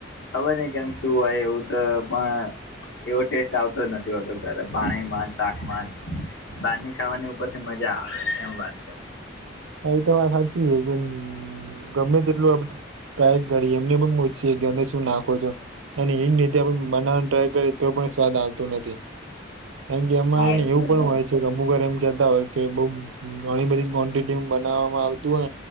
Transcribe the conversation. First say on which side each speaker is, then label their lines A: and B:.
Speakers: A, on the left; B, on the right.
A: ખબર નઈ કેમ શું હોય એવું તો પણ એવો ટેસ્ટ આવતો જ નથી હોતો ઘરે પાણીમાં શાકમાં બારની ખાવાની ઉપર થી મજા આવે એમ વાત છે.
B: એમ તો વાત હાચી હે કે ગમે તેટલું આપડે ટ્રાય કરીએ એમને પણ પૂછીએ કે તમે શું નાખો છો અને એજ રીતે આપણે બનાવાની ટ્રાય કરીએ તો પણ સ્વાદ આવતો નથી. કારણ કે એમાં
A: હા
B: હેને
A: એટલે
B: એવું પણ
A: જ ને
B: હોય છે કે અમુક વાર કેતા હોય કે બઉ ઘણી બધી ક્વોન્ટિટી માં બનાવામાં આ તોય